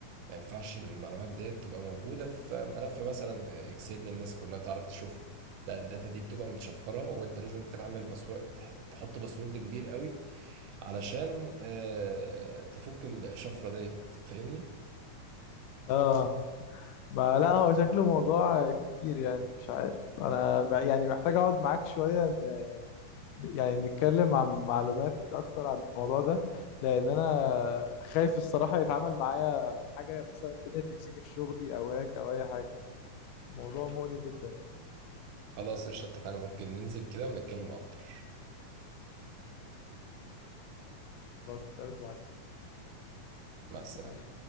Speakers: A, on the right (about 80°); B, on the left (about 80°).
A: ما ينفعش المعلومات ديت تبقى موجودة في ملف مثلا اكسل الناس كلها تعرف تشوفها لا الداتا دي بتبقى متشفرة وانت لازم تعمل باسورد تحط باسورد كبير قوي علشان آه، تفك الشفرة ديت فاهمني
B: اه ما لا هو شكله موضوع كبير يعني مش عارف انا ب- يعني محتاج اقعد معاك شوية ن- يعني نتكلم عن معلومات اكتر عن الموضوع ده لان انا خايف الصراحة يتعامل معايا حاجة مثلا الدنيا تأذيني في شغلي او هيك او اي حاجة الموضوع مقلق جدا يعني
A: خلاص قشطة اتفقنا ممكن ننزل كده ونتكلم اكتر
B: خلاص نتقابل بعد
A: مع
B: السلام
A: السلامة